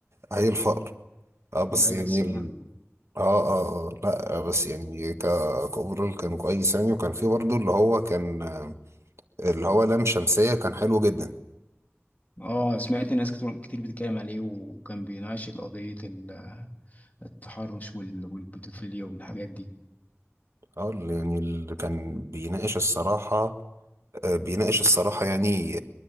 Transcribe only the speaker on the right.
هي الفقر
اه بس
يعني
ال... اه اه اه لا آه، بس يعني ك كأوفرول كان كويس يعني وكان في برضه اللي هو كان آه، اللي هو لام شمسية كان حلو جدا
اه اللي يعني اللي كان بيناقش الصراحة آه، بيناقش الصراحة يعني